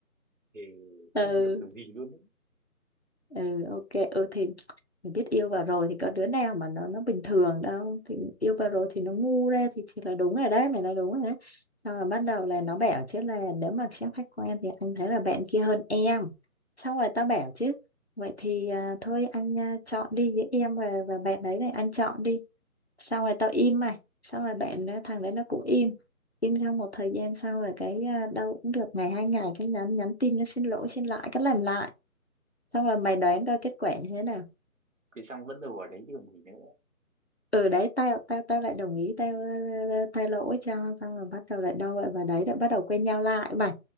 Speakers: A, on the right; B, on the left.
A: thì
B: ừ
A: không hiểu kiểu gì luôn đấy
B: ừ ok ừ thì mình biết yêu vào rồi thì có đứa nào mà nó nó bình thường đâu thì yêu vào rồi thì nó ngu ra thì thì là đúng rồi đấy mày nói đúng rồi đấy xong rồi bắt đầu là nó bảo chứ là nếu mà xét khách quan thì anh thấy là bạn kia hơn em xong rồi tao bảo chứ vậy thì à, thôi anh à, chọn đi với em và và bạn đấy này anh chọn đi xong rồi tao im mày xong rồi bạn à, thằng đấy nó cũng im im trong một thời gian sau rồi cái à, đâu cũng được ngày hai ngày cái nhắn nhắn tin nó xin lỗi xin lại cái làm lại xong rồi mày đoán coi kết quả như thế nào
A: thì xong vẫn đâu ở đấy chứ còn gì nữa
B: ừ đấy tao tao tao lại đồng ý tao ờ, thay lỗi cho xong rồi bắt đầu lại đâu lại vào đấy lại bắt đầu quen nhau lại mà